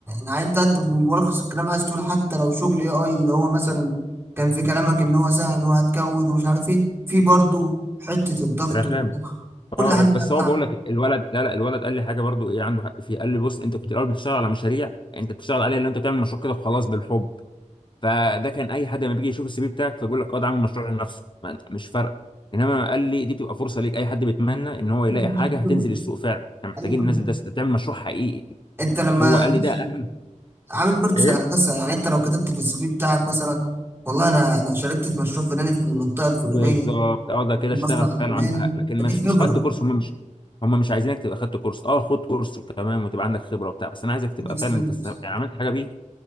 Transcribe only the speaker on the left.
رخام
اه
اه
بس هو
بقول لك الولد لا لا الولد قال لي حاجه برضو ايه عنده حق فيه قال لي بص انت كنت الاول بتشتغل على مشاريع انت بتشتغل عليها اللي انت بتعمل مشروع كده وخلاص بالحب فده كان اي حد لما بيجي يشوف السي في بتاعك فبيقول لك اه ده عامل مشروع لنفسه ما- مش فارقه انما قال لي دي بتبقى فرصه ليك اي حد بيتمنى ان هو يلاقي
حاجه هتنزل
السوق فعلا احنا محتاجين
ننزل ده ده تعمل مشروع حقيقي
هو قال
لي ده اهم
ايه
بالظبط اه ده
كده
اشتغل
فعلا
عنده حق لكن
مش مش
خدت كورس هم مش هم مش عايزينك تبقى خدت كورس اه خد كورس وكمان وتبقى عندك خبره وبتاع بس انا عايزك تبقى
فعلا انت است- يعني عملت حاجه بيه